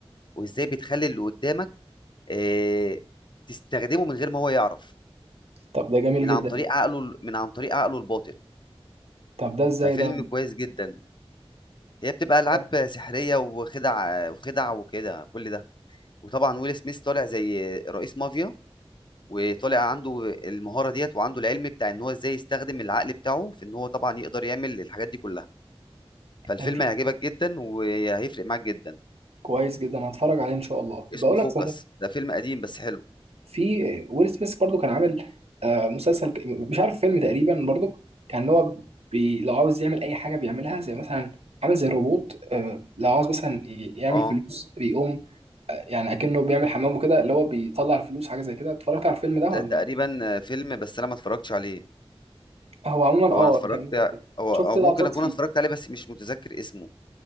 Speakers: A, on the left; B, on the right.
A: وازاي بتخلي اللي قدامك آه، تستخدمه من غير ما هو يعرف
B: طب ده جميل
A: من
B: جدا
A: عن طريق عقله من عن طريق عقله الباطن
B: طب ده ازاي
A: ففيلم
B: ده
A: كويس جدا هي بتبقى العاب
B: حلو
A: سحريه وخدع وخدع وكده كل ده وطبعا ويل سميث طالع زي رئيس مافيا وطالع عنده المهاره ديت وعنده العلم بتاع ان هو ازاي يستخدم العقل بتاعه في ان هو طبعا يقدر يعمل الحاجات دي كلها فالفيلم
B: كان في
A: هيعجبك جدا وهيفرق معاك جدا
B: كويس جدا هتفرج عليه ان شاء الله بقول
A: اسمه فوكس
B: لك صحيح
A: ده فيلم قديم بس حلو
B: في ويل سميث برضو كان عامل آه، مسلسل ك- مش عارف فيلم تقريبا برضو كان هو بي لو عاوز يعمل اي حاجه بيعملها زي مثلا عامل زي الروبوت آه، لو عاوز مثلا ي- يعمل
A: اه
B: فلوس بيقوم آه، يعني اكنه بيعمل حمام وكده اللي هو بيطلع الفلوس حاجه زي كده اتفرجت على الفيلم ده ولا
A: ده تقريبا فيلم بس انا ما اتفرجتش عليه
B: هو عموما
A: هو
B: اه
A: انا اتفرجت
B: كان
A: او
B: شفت
A: او
B: لقطات
A: ممكن اكون
B: فيه
A: اتفرجت عليه بس مش متذكر اسمه